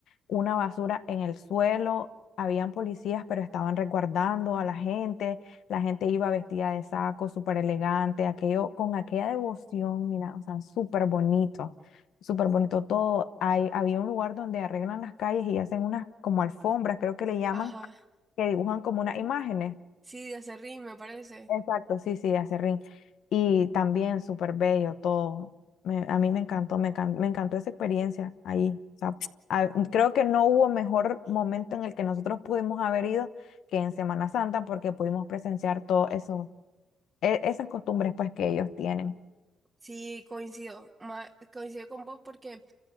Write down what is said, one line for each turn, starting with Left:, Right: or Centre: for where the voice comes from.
Left: una basura en el suelo, habían policías, pero estaban resguardando a la gente, la gente iba vestida de saco, súper elegante, aquello, con aquella devoción, mira, o sea, súper bonito súper bonito todo. Hay, había un lugar donde arreglan las calles y hacen unas como alfombras, creo que le llaman,
Right: ajá,
Left: que dibujan como unas imágenes.
Right: sí, de Aserrín me parece.
Left: Exacto, sí, sí, hace ring. Y también súper bello todo. Me- a mí me encantó, me, encan- me encantó esa experiencia ahí. O sea, a- creo que no hubo mejor momento en el que nosotros pudimos haber ido que en Semana Santa porque pudimos presenciar todo eso, e- esas costumbres pues que ellos tienen.
Right: Sí, coincido, ma- coincido con vos porque